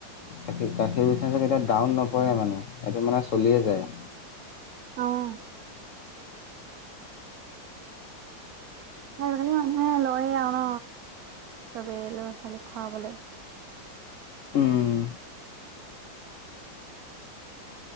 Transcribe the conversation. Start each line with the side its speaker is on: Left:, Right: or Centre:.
Left: গাখী গাখীৰ বিজনেছ কেতিয়া ডাউন নপৰে মানে এইটো মানে চলিয়ে যায়।
Right: অহ। আজিকালি মানুহে লয় আও ন চবেই ল'ৰা ছোৱালীক খুৱাবলে।
Left: উম।